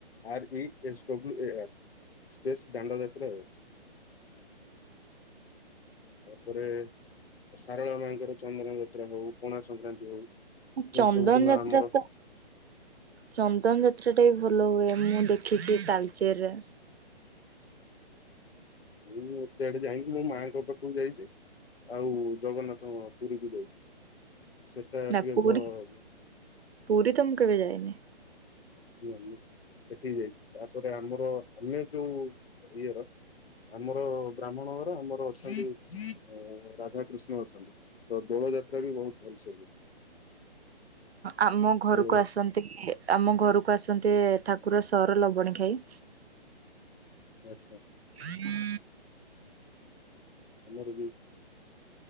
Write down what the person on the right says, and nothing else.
ଚନ୍ଦନ
ଯାତ୍ରା
ତ- ଚନ୍ଦନ ଯାତ୍ରା ଟା ବି ଭଲ ହୁଏ ମୁଁ ଦେଖଛିି ତାଳଚେରରେ।
ନା
ପୁରୀ
ପୁରୀ ତ ମୁଁ କେବେ ଯାାଇନି।
ଆମ ଘରକୁ
ଆସନ୍ତି ଇଏ - ଆମ ଘରକୁ ଆସନ୍ତେ ଠାକୁର ସର ଲବଣୀ ଖାଇ-
<inaudible>